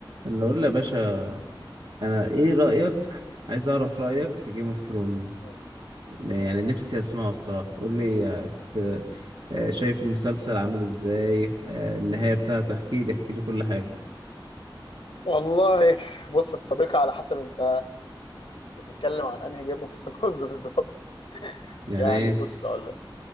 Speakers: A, on the right (about 65°); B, on the left (about 85°).
A: اللي اقول له يا باشا انا ايه رأيك عايز اعرف رأيك في جيم اوف ثرونز
B: مم.
A: يعني نفسي اسمعه الصراحة قول لي آه، كنت آه، شايف المسلسل عامل ازاي آه، النهاية بتاعته احكي لي احكي لي كل حاجة
B: والله بص يا صديقي على حسب انت بتتكلم عن انهي جيم اوف ثرونز <laughs> بالظبط
A: يعني
B: يعني
A: ايه
B: بص اقول لك